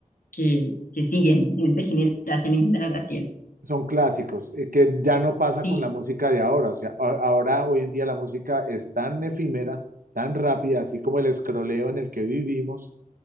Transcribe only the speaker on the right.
Son clásicos, eh, que ya no pasa
con la música de ahora. O sea, a- ahora, hoy en día, la música es tan efímera, tan rápida, así como el escroleo en el que vivimos,